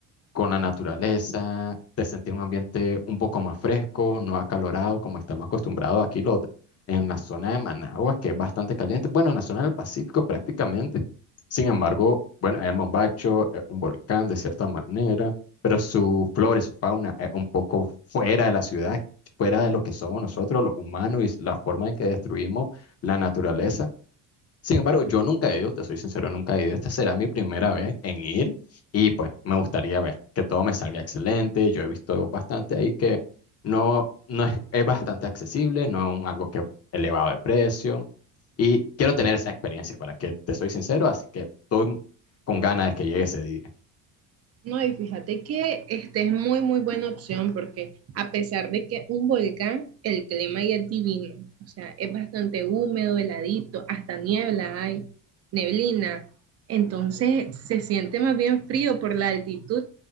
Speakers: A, on the left (about 35°); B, on the right (about 40°).
A: con la naturaleza, te sentí un ambiente un poco más fresco, no acalorado como estamos acostumbrados aquí lo- en la zona de Managua, que es bastante caliente, bueno, en la zona del Pacífico prácticamente. Sin embargo, bueno, el Mombacho es un volcán de cierta manera, pero su flora y su fauna es un poco fuera de la ciudad, fuera de lo que somos nosotros los humanos y la forma en que destruimos la naturaleza. Sin embargo, yo nunca he ido, te soy sincero, nunca he ido. Esta será mi primera vez en ir y pues me gustaría ver que todo me salga excelente. Yo he visto bastante ahí que no, no es, es bastante accesible, no es un algo que elevado de precio y quiero tener esa experiencia para que te soy sincero, así que estoy con ganas de que llegue ese día.
B: No, y fíjate que este es muy, muy buena opción porque a pesar de que un volcán, el clima ahí es divino. O sea, es bastante húmedo, heladito, hasta niebla hay, neblina. Entonces se siente más bien frío por la altitud